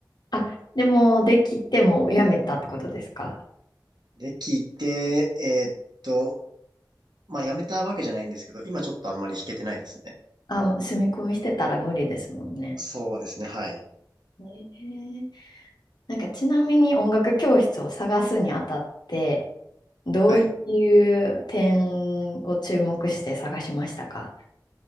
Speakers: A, on the left (about 65°); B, on the right (about 65°).
A: あ、でもできてもやめたってことですか
B: で、聞いて、えーっと、まあ、やめたわけじゃないんですけど、今ちょっとあんまり弾けてないですね。
A: あ、住み込みしてたら無理ですもんね。
B: そうですね、はい。
A: ねえなんかちなみに音楽教室を探すにあたって、どうい
B: はい。
A: う点を注目して探しましたか